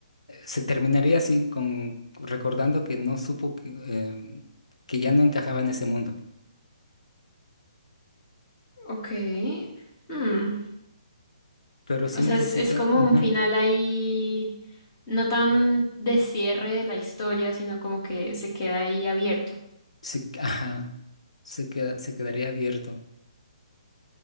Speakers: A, on the left; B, on the left.
A: se terminaría así, con recordando que no supo que, em, que ya no encajaba en ese mundo.
B: Ok. Hmm.
A: Pero sí
B: O sea,
A: necesito,
B: es, es como
A: ujú,
B: un final ahí, no tan de cierre de la historia, sino como que se queda ahí abierto.
A: sí, ajá, se queda, se quedaría abierto.